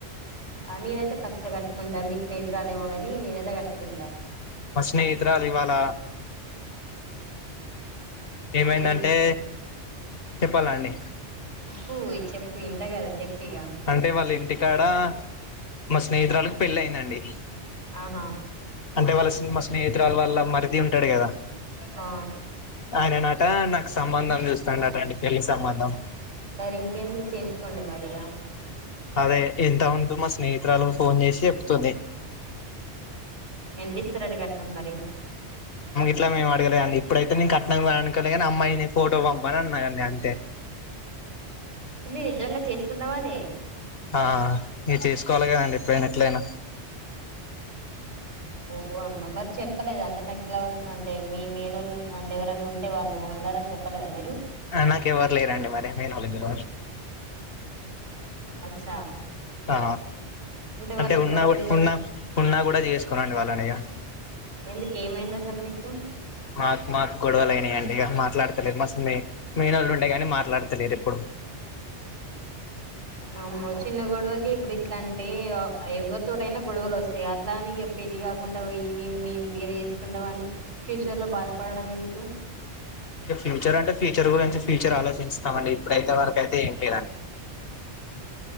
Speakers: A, on the right (about 80°); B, on the left (about 55°).
A: ఆ నేనైతే కక్ష కట్టుకుంటా మీ స్నేహితురాలు ఏమో కానీ నేనైతే కట్టుకుంటా
B: మా స్నేహితురాలు ఇవాళ ఏమైందంటే
A: ఏం
B: చెప్పాలా అండి
A: ప్పు చెప్పు ఇంట కదా చెప్పు ఇగ
B: అంటే వాళ్ళ ఇంటి కాడా మా స్నేహితురాలు పెళ్ళి అయిందండి
A: ఆహా
B: అంటే వాళ్ళ మా స్నేహితురాలు వాళ్ళ మరిది ఉంటాడు కదా
A: ఆ
B: ఆయననట నాకు సంబంధం చూస్తాంట అండి పెళ్లి సంబంధం
A: మరి ఇంకేమి చేసుకోండి మరియా
B: అదే ఎంత ఉంటు మా స్నేహితురాలు ఫోన్ చేసి చెప్తుంది
A: ఎంత ఇస్తారడి కట్న మరి
B: ఇట్లా మేము అడగలే అండి ఇప్పుడైతే నేను కట్నం వెళ్నుకోలేగానీ అమ్మాయిని ఫోటో పంప అ ఉన్నాదడి అంతే
A: నిజంగా చేసుకుందామని
B: ఆ ఈగ చేసుకోవాలి కదండి ఎప్పుడైనా ఎట్లయినా
A: ఓ అమ్మా మరి చెప్పలేదు అంటే నాకు ఇలా ఉ అంటే మీ మేనోళ్ళు అంటే ఎవరైన్నా ఉంటే వాళ్ళు ఉన్నారని చెప్ప చెప్పాలదా మీరు
B: నాకు ఎవరు లేరండి మరి మనగ
A: అచ్చా
B: ఆ అంటే
A: వాళ్ళు ఇప్పుడు
B: ఉన్నా
A: ఒకవేళ
B: ఉన్నా ఉన్నా కూడా చేసుకున్నాండి వాళ్ళని ఈగ
A: ఎందుకు ఏమైంది అసలు మీకు
B: మా మాకు గొడవలు అడి మాట్లాడతలేరు మస్తు మీ మేనోళ్ళు ఉంటే కాని మాట్లాడతలేరు ఇప్పుడు
A: అమ్మో చిన్న గొడవకి ఇప్పుడు ఇట్లా అంటే ఎవ్వరి తోటయినా గొడవలు వస్తాయి అట్లా అనిక పెళ్ళి ఇ కాకుండా పో మే మే ఇలా చేసుకుంటాం అని ఫ్యూచర్ లో బాధపడడం ఎందుకు
B: ఇక ఫ్యూచర్ అంటే ఫ్యూచర్ గురించి ఫ్యూచర్ ఆలోచిస్తామ అండి ఇప్పుడైతే వరక అైతే ఇంతేన